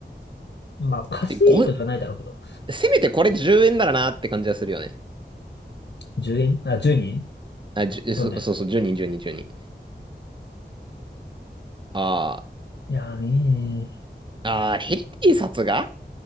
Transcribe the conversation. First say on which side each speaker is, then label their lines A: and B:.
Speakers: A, on the left; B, on the right.
A: まあ、カスユニットではないだろうけど。
B: で、5、せめてこれ10円ならなって感じはするよね。
A: 10円あ、10人
B: あ、じゅ、
A: そうね。
B: そ、そうそう、10人、10人、10人。あ
A: いやーね
B: ーあー、ヘリ偵察が